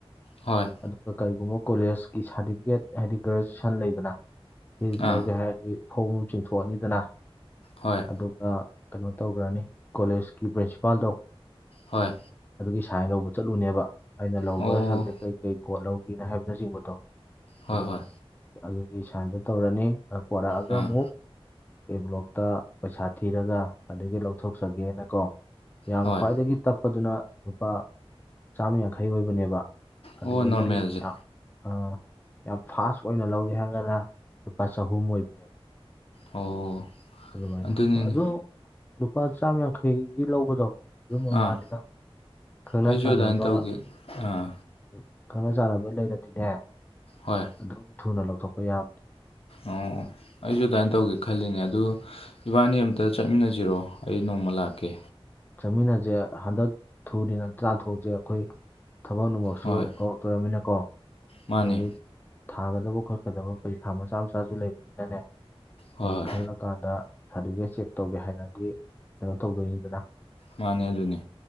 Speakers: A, on the left; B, on the left.
A: ꯍꯣꯏ
B: ꯑꯗꯨꯒ ꯀꯔꯤꯒꯨꯝꯕ ꯀꯣꯂꯦꯖꯀꯤ ꯁꯥꯔꯗꯤꯐꯤꯀꯦꯠ ꯍꯥꯏꯗꯤ ꯒ꯭ꯔꯦꯁꯟ ꯂꯩꯗꯅ ꯁꯤ
A: ꯑꯥ
B: ꯂꯧꯒꯦ ꯍꯥꯏ ꯑ ꯐꯧꯝ ꯆꯤꯡꯊꯣꯛꯑꯅꯤꯗꯅ
A: ꯍꯣꯏ
B: ꯑꯗꯨꯒ ꯀꯩꯅꯣ ꯇꯧꯒꯔꯅꯤ ꯀꯣꯂꯦꯖꯀꯤ ꯄ꯭ꯔꯤꯟꯁꯤꯄꯥꯜꯗꯣ
A: ꯍꯣꯏ
B: ꯑꯗꯨꯒꯤ ꯁꯥꯏꯟ ꯂꯧꯕ ꯆꯠꯂꯨꯅꯦꯕ ꯑꯩꯅ ꯂꯧꯕ
A: ꯑꯣ
B: ꯁꯕꯖꯦꯛ ꯀꯩ ꯀꯩ ꯀꯣꯠ ꯂꯧꯒꯦꯅ ꯍꯥꯏꯕꯅꯆꯤꯡꯕꯗꯣ
A: ꯍꯣꯏ
B: ꯑꯗꯨ
A: ꯍꯣꯏ
B: ꯑꯗꯨꯒꯤ ꯁꯥꯏꯟꯗꯣ ꯇꯧꯔꯅꯤ ꯑ ꯄꯣꯔꯛꯑꯒ
A: ꯑꯥ
B: ꯑꯃꯨꯛ ꯑꯦ ꯕ꯭ꯂꯣꯛꯇ ꯄꯩꯁꯥ ꯊꯤꯔꯒ ꯑꯗꯒꯤ ꯂꯧꯊꯣꯛꯆꯒꯦꯅꯀꯣ ꯌꯥꯝ
A: ꯍꯣꯏ
B: ꯈ꯭ꯋꯥꯏꯗꯒꯤ ꯇꯞꯄꯗꯨꯅ ꯂꯨꯄꯥ ꯆꯥꯝꯃ ꯌꯥꯡꯈꯩ ꯑꯣꯏꯕꯅꯦꯕ ꯑꯗꯨꯗꯒꯤꯗꯤ
A: ꯑꯣ ꯅꯣꯔꯃꯦꯜꯁꯦ
B: ꯌꯥꯝ ꯑꯥ ꯌꯥꯝ ꯐꯥꯁ ꯑꯣꯏꯅ ꯂꯧꯒꯦ ꯍꯥꯏꯔꯒꯅ ꯂꯨꯄꯥ ꯆꯍꯨꯝ ꯑꯣꯏꯕꯅꯦꯕ
A: ꯑꯣ
B: ꯑꯗꯨꯃꯥꯏꯅ
A: ꯑꯗꯨꯅꯤꯅꯦ
B: ꯑꯗꯣ ꯂꯨꯄꯥ ꯆꯥꯝ ꯌꯥꯡꯈꯩꯒꯤ ꯂꯧꯕꯗꯣ ꯑꯗꯨꯝ ꯃꯃꯅꯤꯗ
A: ꯑꯥ
B: ꯈꯪꯅ
A: ꯑꯩꯁꯨ
B: ꯆꯥꯟꯅꯕ
A: ꯑꯗꯨꯃꯥꯏꯅ ꯇꯧꯒꯦ ꯑꯥ
B: ꯎ ꯈꯪꯅ ꯆꯥꯟꯅꯕ ꯂꯩꯔꯗꯤꯅꯦ
A: ꯍꯣꯏ
B: ꯑꯗꯨꯝ ꯊꯨꯅ ꯂꯧꯊꯣꯛꯄ ꯌꯥꯕꯅꯤ
A: ꯑꯣ ꯑꯣ ꯑꯣ ꯑꯩꯖꯨ ꯑꯗꯥꯏꯟ ꯇꯧꯒꯦ ꯈꯜꯂꯤꯅꯦ ꯑꯗꯨ ꯏꯕꯥꯅꯤ ꯑꯃꯝꯇ ꯆꯠꯃꯤꯟꯅꯁꯤꯔꯣ ꯑꯩ ꯅꯣꯡꯃ ꯂꯥꯛꯀꯦ
B: ꯆꯠꯃꯤꯟꯅꯁꯦ ꯍꯟꯗꯛ ꯊꯣꯛꯑꯗꯤ ꯇꯥꯟꯊꯣꯛꯁꯦ ꯑꯩꯈꯣꯏ ꯊꯕꯛ ꯅꯨꯡꯃꯛꯁꯨ
A: ꯍꯣꯏ
B: ꯀꯧꯔꯛꯇꯔꯃꯤꯅꯀꯣ
A: ꯃꯥꯅꯦ
B: ꯑꯗꯒꯤ ꯊꯥꯒꯗꯕ ꯈꯣꯠꯀꯗꯕ ꯄꯔꯤꯈꯥ ꯃꯆꯥ ꯃꯆꯥꯁꯨ ꯂꯩꯕꯅꯤꯅꯅꯦ
A: ꯍꯣꯏ
B: ꯑꯝ
A: ꯍꯣꯏ
B: ꯈꯜꯂ ꯀꯥꯟꯗ ꯁꯥꯔꯇꯤꯐꯤꯀꯦꯠ ꯆꯦꯛ ꯇꯧꯒꯦ ꯍꯥꯏꯅꯗꯤ ꯀꯩꯅꯣ ꯇꯧꯗꯣꯏꯅꯤꯗꯅ
A: ꯃꯥꯅꯦ ꯑꯗꯨꯅꯦ